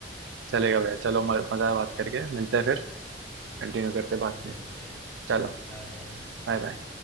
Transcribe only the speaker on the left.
ठीक
ठीक
मिलते
हैं मिलते हैं
बाय